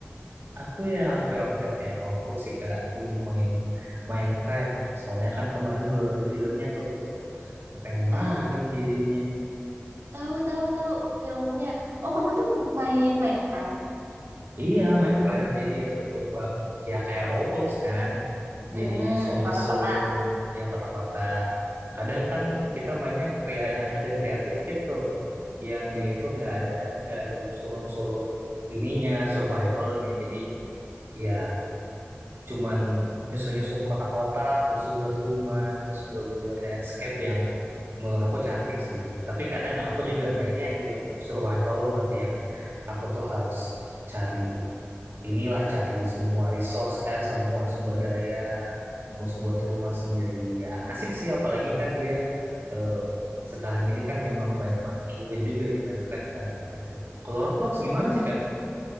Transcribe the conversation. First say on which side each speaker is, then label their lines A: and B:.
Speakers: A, on the right; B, on the right.
A: Aku ya hampir-hampir kayak Roblox sih kak. Aku main Minecraft. Soalnya kan kemarin baru ada filmnya tuh. Itu pengen
B: Oh,
A: main jadinya.
B: tahu tahu tahu filmnya. Oh, kamu tuh main Minecraft.
A: Iya, Minecraft. Jadi aku tuh ba- ya kayak Roblox kan. Jadi
B: Mm-mm,
A: nyusun-nyusun,
B: kotak-kotak.
A: ya kota-kota. Kadang kan kita mainnya krea- ada kreatif kit tuh, yang dia itu nggak ada nggak ada unsur-unsur ininya survivalnya. Jadi ya cuman nyusun-nyusun kotak-kotak, terus buat rumah, terus buat buat landscape yang menurut aku cantik sih. Tapi kadang aku juga mainnya yang yang survival mode yang aku tuh harus cari inilah cari semua resource kan, semua sumber daya,
B: Mhm.
A: terus buat rumah sendiri. Ya asik sih, apalagi kan dia eh, sekarang ini kan memang banyak-banyak event juga di Minecraft kak gitu. Kalau Roblox gimana sih kak?